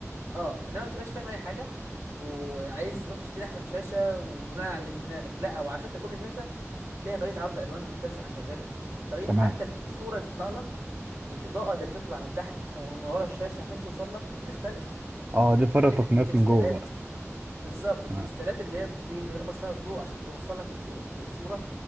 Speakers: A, on the right (about 60°); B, on the right (about 35°).
A: اه انما ما تبقاش فاهم اي حاجه وعايز تروح تشتري احسن شاشه وبناء على اللي في دماغك لا وعلى فكره كل شاشه ليها طريقة عرض ألوان مختلفة عن غيرها طريقة
B: تمام
A: حتى الصورة اللي بتطلع لك الإضاءة اللي بتطلع من تحت أو من ورا الشاشة عشان توصل لك بتختلف ال-
B: اه
A: ال-
B: دي فرق
A: الحاجات
B: تقنيات
A: الكريستالات
B: من جوه بقى
A: بالظبط الكريستالات
B: تمام
A: اللي هي بت- بيخبط فيها الضوء عشان توصل لك ال- ال- الصورة